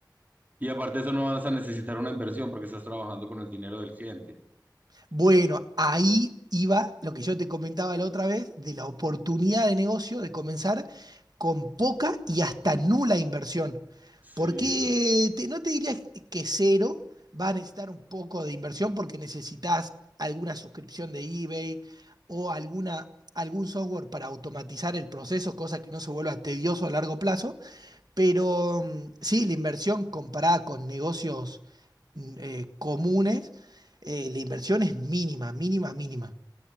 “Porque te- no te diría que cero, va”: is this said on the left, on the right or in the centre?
Right